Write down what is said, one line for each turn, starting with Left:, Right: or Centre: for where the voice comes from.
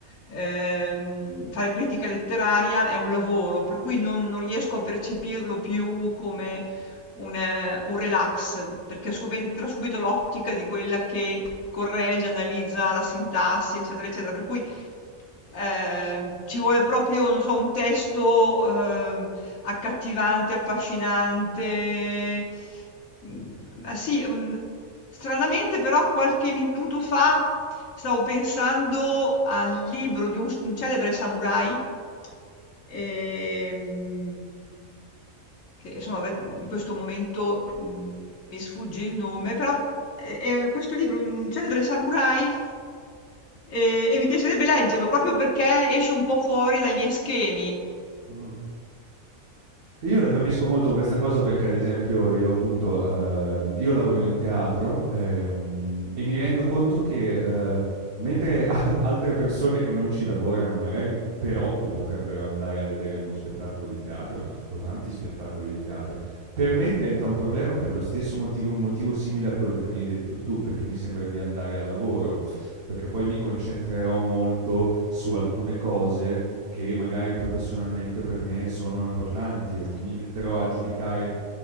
Left: ehm, fare critica letteraria è un lavoro, per cui non, non riesco a percepirlo più come un, eh, un relax, perché subentra subito l'ottica di quella che corregge, analizza la sintassi, eccetera, eccetera. Per cui eh, ci vuole proprio, non so, un testo. ehm, Accattivante, affascinante. Mhmm, ah sì, mhmm, stranamente però qualche minuto fa stavo pensando al libro di un s un celebre samurai, ehm, che insomma ave in questo momento, mhmm, mi sfugge il nome, però è è questo libro, un un celebre samurai, ehm, e mi piacerebbe leggerlo proprio perché esce un po' fuori dai miei schemi.
Right: uhm Io la capisco molto questa cosa perché ad esempio io appunto, ehm, io lavoro in teatro, ehm, e mi rendo conto che, ehm, mentre <laughs> a altre persone che non ci lavorano, magari per hobby potrebbero andare a vedere uno spettacolo di teatro o tanti spettacoli di teatro, per me diventa un problema per lo stesso motivo un motivo simile a quello che mi hai detto tu, perché mi sembra di andare al lavoro perché poi mi concentrerò molto su alcune cose che magari professionalmente per me sono importanti, o
Left: Sì,
Right: mi metterò a giudicare